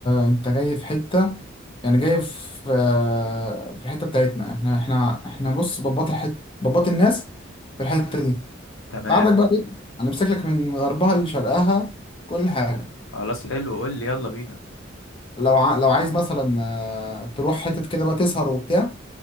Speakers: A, on the left; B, on the left.
A: انت جاي في حته يعني جاي في آه، في الحته بتاعتنا احنا احنا احنا بص بباط الحت بباط الناس في الحته دي انت
B: تمام
A: عندك بقى ايه انا لك من غربها لشرقها كل حاجه
B: خلاص حلو قول لي يلا بينا
A: لو ع... لو عايز مثلا آه، تروح حتت كده بقى تسهر وبتاع